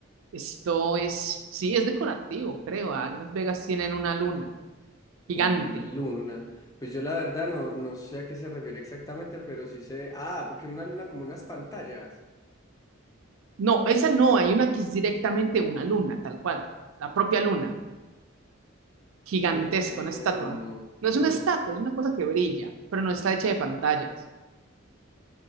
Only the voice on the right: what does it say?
esto es, sí, es decorativo, creo. ah, Las Vegas tienen una luna gigante.
No, esa no, hay una que es directamente una luna, tal cual, la propia luna, gigantesca,
una estatua.
No es
una estatua, es una cosa que brilla, pero no está hecha de pantallas.